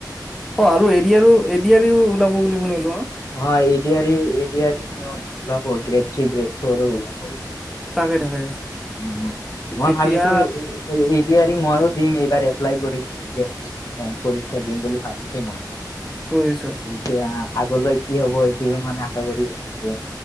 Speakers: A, in the centre; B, on the left.
A: অ, আৰু এৰিয় আৰু A D R E - A D R E ওলাব বুলি শুনিলো। অ,
B: অ, এড এডৰি শুনে ওলাব গ্ৰেড থ্ৰী গ্ৰেড ফ'ৰ ওলাব।
A: তাকে তাকে
B: উম, মই
A: তেতিয়া
B: ভাবিছো এৰি মই দিম এইবাৰ এপ্লাই কৰিম এডৰি পৰীক্ষা দিম বুলি ভাবিছো মই।
A: বুজিছো।
B: এতিয়া আগলৈ কি হব এইটো মানে আশা কৰি আছো এইটো